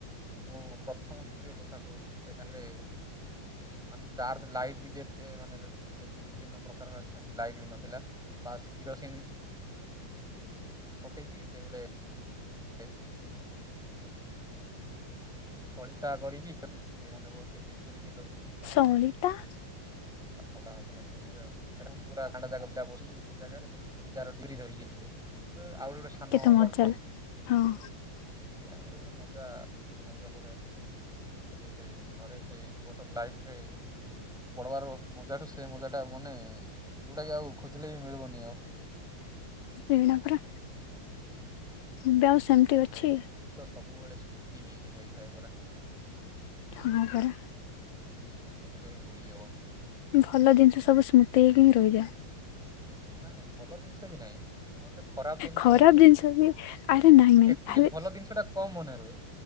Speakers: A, in the centre; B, on the left.
A: ମୁଁ ଦ୍ୱିତୀୟ କଥା କହୁଛି। ସେ ଟାଇମରେ ସେ ମାନେ, ଚାର୍ଜ ଲାଇଟ୍ ବି ଯେତେ, ମାନେ, ଯେକି ବିଭିନ୍ନ ପ୍ରକାର, ସେମିତି ଲାଇଟ୍ ବି ନଥିଲା। ବାସ୍ କିରୋସିନ୍। ପକେଇକି, ସେ ଗୋଟେ <unintelligible> ସଳିତା କରିକି କି, ସେ ମନେ ପଡ଼ୁଚି ସେ ଡିବିରିରେ ଲଗେଇକି
B: ସଳିତା।
A: ପାଠ ପଢା ହେଉଥିଲା ସେଟାଇମରେ ଆଉ ସେଟା ପୁଣି, ପୁରା ଗାଁ ଟା ଯାକ ପିଲା ବସିଯିବୁ। ସେ ଜାଗାରେ ଯିଏ ଯାହାର ଡିବି ଧରିିକି ଆଇଥିବେ। ତ, ଆଉ ଗୋଟେ ସ
B: କେତେ
A: ନୋ
B: ମଜା
A: ଲଣ୍ଠନ।
B: ହେଲା। ହଁ
A: ସେଟାଇମରେ ଗୋଟେ ମଜା ଅଲଗା ପ୍ରକାର ଏବେ ସେ ଘରେ ସେଇ ଗଟର ଲାଇଟ୍ ଠେ ପଡବାର ମଜାଠୁ ସେ ମଜା ସେଟା ମାନେ ଯୋଉଟା କି ଆଉ ଖୋଜିଲେ ବି ମିଳିବନି ଆଉ।
B: ଏଇନା ପରା ଏବେ ଆଉ ସେମିତି ଅଛି।
A: ଗୀତ ସବୁବେଳେ ସ୍ମୃତି ହେଇକି ରହିଥାଏ ପରା।
B: ହଁ ପରା
A: ଯଉ ସ୍ମତିକୁ କେବେ ଭୁଲି ହବନି।
B: ଭଲ ଜିନିଷ ସବୁ ସ୍ମୃତି ହେଇକିନି ରହିଯାଏ।
A: ଏ ନାଇଁ ନାଇଁ ଭଲ ଜିନିଷ ବି ନାଇଁ। ଜୀବନରେ ଖରାପ ଜିନିଷ
B: ଖରାପ
A: ହେଇଥିଲେ
B: ଜିନିଷ
A: ବି,
B: ଆରେ ନାଇଁ ନାଇଁ
A: ଏକ୍ଚୁଲି
B: ହେଲେ
A: ଭଲ ଦିନିଷ ଟା କମ୍ ମନେ ରୁହେ